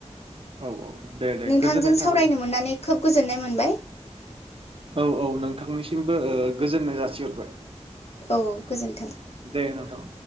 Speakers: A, on the right; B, on the left.
A: औ औ दे दे
B: नोंथांजों
A: गोजोननाय
B: सावरायनो
A: थाबाय
B: मोननानै खोब गोजोननाय मोनबाय।
A: औ औ नोंथांनिसिमबो गोजोननाय जासिहरबाय
B: औ औ गोजोन्थों
A: दे नोंथां